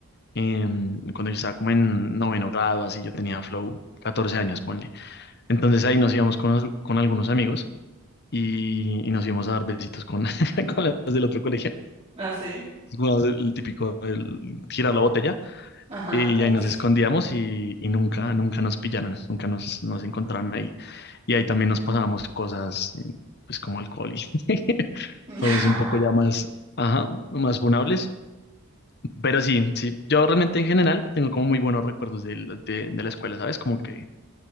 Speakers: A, on the left (about 50°); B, on the right (about 30°).
A: em, cuando yo estaba como en noveno grado, así yo tenía flow 14 años, ponle. Entonces ahí nos íbamos con, los- con algunos amigos y, y nos íbamos a dar besitos con, <laughs> con las del otro colegio.
B: así.
A: Jugábamos el típico el, girar la botella
B: Ajá,
A: Y
B: uf.
A: ahí nos escondíamos y, y nunca, nunca nos pillaron, nunca nos, nos encontraron ahí. Y ahí también nos pasábamos cosas, eh, pues como alcohol y <laughs>
B: <laughs>
A: cosas un poco ya más, ajá, más funables. Pero sí, sí, yo realmente en general tengo como muy buenos recuerdos del- de, de la escuela, ¿sabes? Como que